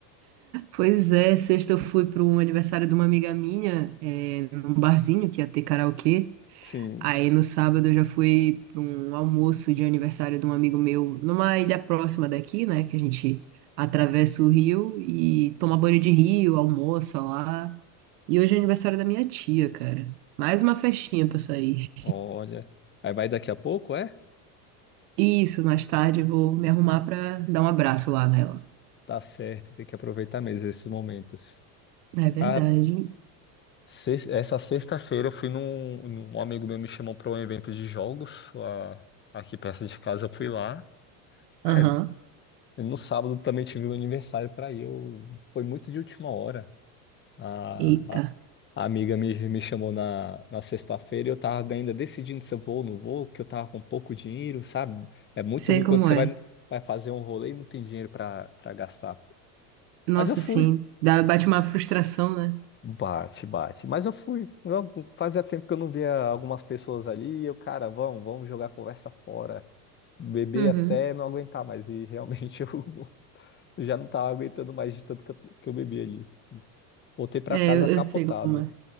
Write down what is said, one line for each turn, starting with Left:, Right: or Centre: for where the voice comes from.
Right: Pois é, sexta eu fui para um aniversário de uma amiga minha, é, num barzinho que ia ter karaokê.
Left: sim,
Right: Aí no sábado eu já fui para um almoço de aniversário de um amigo meu numa ilha próxima daqui, né? Que a gente atravessa o rio e toma banho de rio, almoça lá. E hoje é aniversário da minha tia, cara. Mais uma festinha pra sair.
Left: olha. Aí vai daqui a pouco, é?
Right: E Isso, mais tarde eu vou me arrumar pra dar um abraço lá nela.
Left: Tá certo, tem que aproveitar mesmo esses momentos.
Right: É verdade.
Left: Ah, sex- essa sexta-feira eu fui num, num- Um amigo meu me chamou pra um evento de jogos lá, aqui perto de casa, eu fui lá. Ah,
Right: Aham.
Left: é, No sábado também tive um aniversário para ir. Eu... Foi muito de última hora. A,
Right: Eita.
Left: a- a amiga me, me chamou na, na sexta-feira e eu tava ainda decidindo se eu vou ou não vou, que eu tava com pouco dinheiro, sabe? É muito
Right: Sei
Left: ruim
Right: como
Left: quando você
Right: é.
Left: vai, vai fazer um rolê e não tem dinheiro para para gastar.
Right: Nossa,
Left: Mas eu fui.
Right: sim. Dá, bate uma frustração, né?
Left: Bate, bate. Mas eu fui. Eu- fazia tempo que eu não via algumas pessoas ali. E eu, cara, vamos, vamos jogar a conversa fora. Beber
Right: Uhum.
Left: até não aguentar mais. E realmente <laughs> eu Eu já não tava aguentando mais de tanto que eu, que eu bebi ali. Voltei pra
Right: É,
Left: casa
Right: eu,
Left: capotado.
Right: eu sei como é.